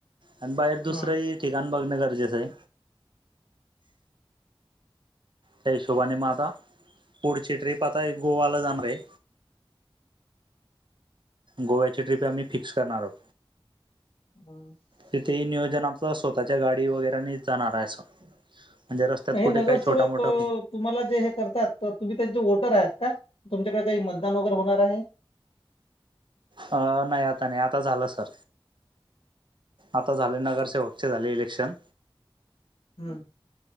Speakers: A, on the right; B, on the left.
A: आणि बाहेर दुसरंही
B: हम्म
A: ठिकाण बघणं गरजेचं आहे. त्या हिशोबाने
B: हम्म
A: म आता पुढची ट्रीप आता एक गोवाला जाणार आहे. गोव्याची ट्रिप आम्ही फिक्स करनार आहोत.
B: <inaudible>
A: तिथेही नियोजन आमच स्वतःच्या गाडी वगैरेनी जाणार आहे अस. म्हणजे रस्त्यात
B: मग हे
A: कुठे
B: नगरसेवक
A: काही छोटा मोठा
B: अ, तुम्हाला जे हे करतात तर तुम्ही त्यांचे वोटर आहेत का? तुमच्याकडे काही मतदान वगैरे होणार आहे.
A: अ नाही आता नाही आता झालं सर. आता झाले नगरसेवकचे झाले इलेक्शन.
B: हम्म